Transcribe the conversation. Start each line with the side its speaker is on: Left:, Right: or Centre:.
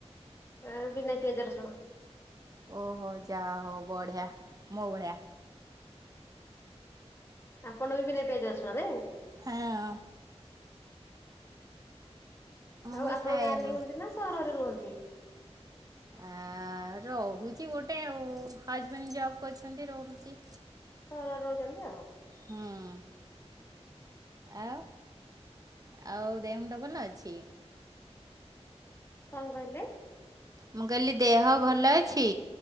Left: ଆ ବିନା ପିଆଜ, ରସୁଣ।
Right: ଓହୋ ଯା ହଉ ବଢିଆ ମୋ ଭଳିଆ।
Left: ଆପଣ ବି ବିନା ପିଆଜ ରସୁଣ ନାଇଁ।
Right: ହଁ। ମୁଁ
Left: ଆଉ
Right: ବି
Left: ଆପଣ
Right: ଖାଏନି।
Left: ଗାଁରେ ରୁହନ୍ତି ନା ସହରରେ ରୁହନ୍ତି?
Right: ଆ ରହୁଚି ଗୋଟେ ଆଉ ହଜବେଣ୍ଡ ଜବ୍ କରିଛନ୍ତି ରହୁଚି।
Left: ଥରରେ ରହୁଚନ୍ତି ଆଉ।
Right: ହୁଁ। ଆଉ ଆଉ ଦେହ ମୁଣ୍ଡ ଭଲ ଅଛି?
Left: କଣ କହିଲେ?
Right: ମୁଁ କହିଲି ଦେହ ଭଲ ଅଛି।